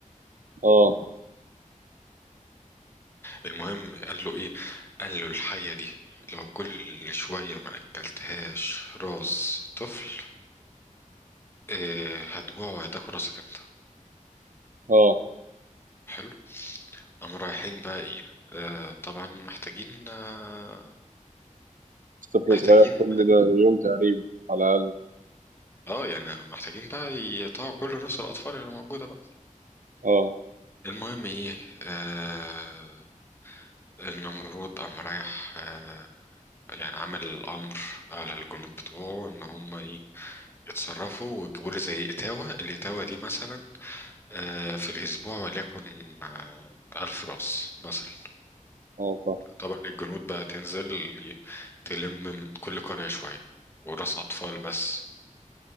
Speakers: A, on the right (about 75°); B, on the left (about 15°).
A: اه
B: المهم قال له ايه قال له الحية دي لو كل شوية ما اكلتهاش راس طفل إيه هتجوع وهتاكل راسك انت
A: اه
B: حلو قام رايحين بقى ايه آه طبعا محتاجين آه
A: طفل
B: محتاجين
A: صغير كل ده يوم تقريبا على الأقل
B: اه يعني محتاجين بقى يقطعوا كل رؤوس الاطفال اللي موجودة بقى
A: اه
B: المهم ايه آه النمرود قام رايح آه يعني عمل الامر على الجنود بتوعه ان هم ايه يتصرفوا ويجيبوا لي زي اتاوه الاتاوه دي مثلا آه، في الاسبوع وليكن آه، الف راس مثلا
A: اه فا
B: طبعا الجنود بقى تنزل ي- تلم من كل قريه شويه وراس اطفال بس